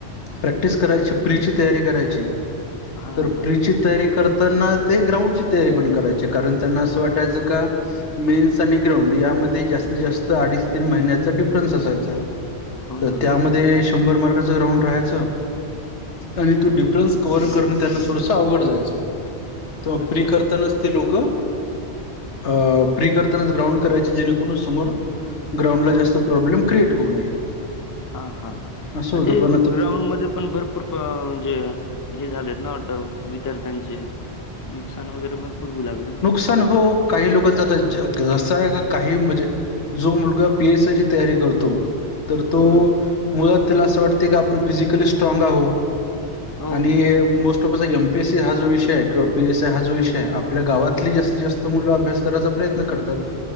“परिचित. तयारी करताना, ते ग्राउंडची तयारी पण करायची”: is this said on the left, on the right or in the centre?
Left